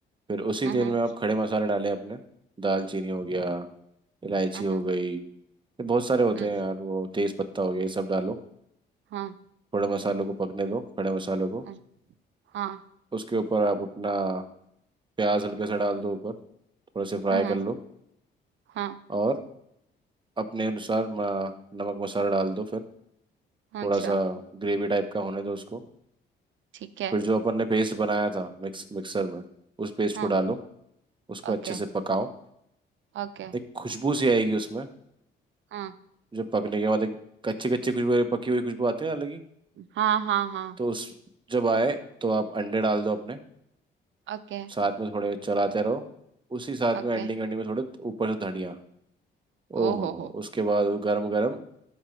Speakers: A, on the right; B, on the right.
A: फिर उसी
B: हुँ,
A: तेल में आप खड़े मसाले डालें अपने दालचीनी हो गया इलायची
B: हुँ,
A: हो
B: हुँ,
A: गई ये बहुत सारे होते
B: हुँ,
A: हैं यार वो तेज पत्ता हो गया ये सब डालो
B: हुँ,
A: थोड़े मसालों को पकने दो खड़े मसालों को
B: हाँ, हुँ, हाँ,
A: उसके ऊपर आप अपना प्याज हल्के से डाल दो ऊपर थोड़ा से फ्राई
B: हुँ,
A: कर
B: हुँ,
A: लो
B: हाँ,
A: और अपने अनुसार म- नमक मसाला डाल दो फिर
B: अच्छा,
A: थोड़ा सा ग्रेवी टाइप का होने दो उसको
B: ठीक है,
A: फिर जो अपन ने पेस्ट बनाया था मिक्स मिक्सर में उस पेस्ट
B: हाँ,
A: को डालो उसको
B: Okay,
A: अच्छे से पकाओ
B: okay,
A: एक खुशबू सी आएगी उसमें
B: हाँ,
A: जो पकने के बाद एक कच्ची कच्ची खुशबू पकी हुई खुशबू आती है ना अलग ही
B: हाँ, हाँ, हाँ,
A: तो उस जब आए तो आप अंडे डाल दो अपने
B: Okay,
A: साथ में थोड़े चलाते रहो उसी साथ
B: okay,
A: में एंडिंग एंडिंग में थोड़े ऊपर से धनिया ओहो
B: ओ हो
A: हो
B: हो।
A: उसके बाद वो गरम गरम